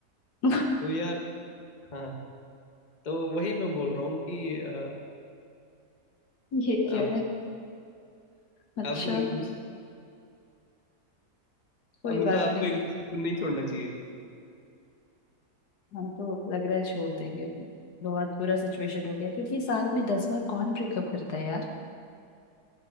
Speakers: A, on the left (about 75°); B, on the left (about 30°).
A: <laughs>
B: तो यार हाँ तो वही मैं बोल रहा हूँ कि अ,
A: ये क्या
B: आप
A: है अच्छा
B: आपको एक दूसरे
A: कोई
B: मतलब
A: बात
B: आपको
A: नहीं
B: एक दूसरे को नहीं छोड़ना चाहिए
A: हम तो लग रहा है छोड़ देंगे बहुत बुरा सिचुएशन हो गया क्योंकि साल में दस बार कौन ब्रेकअप करता है यार